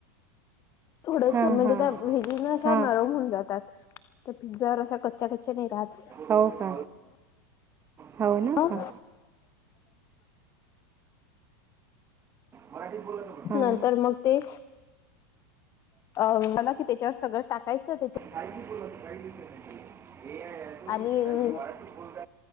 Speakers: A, on the left; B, on the right.
A: थोडस
B: हां
A: म्हणजे
B: हां
A: त्या व्हेजने अशा
B: हां
A: नरम होऊन जातात त्या पिझ्झावर अशा कच्च्या नाही राहत
B: हो का हो ना
A: ह
B: हां हां हां
A: नंतर मग ते अ मला की त्याच्यावर सगळं टाकायचं त्या
B: काही बोल काही त्या
A: आणि
B: मराठी बोलत